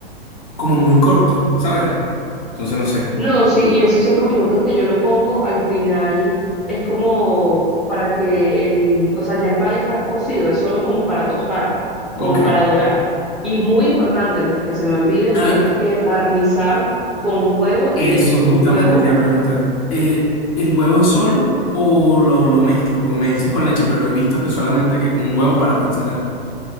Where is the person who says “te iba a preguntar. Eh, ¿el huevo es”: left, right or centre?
Left